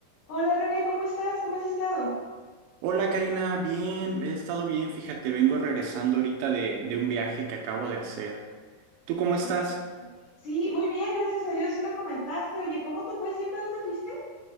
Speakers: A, on the left (about 60°); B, on the right (about 85°).
A: Hola René, ¿cómo estás? ¿Cómo has estado?
B: Hola Karina, bien, he estado bien, fíjate, vengo regresando ahorita de, de un viaje que acabo de hacer. ¿Tú cómo estás?
A: Ay, sí. Sí, muy bien, gracias a Dios. Sí me comentaste. Oye, ¿cómo te fue siempre? ¿A dónde fuiste?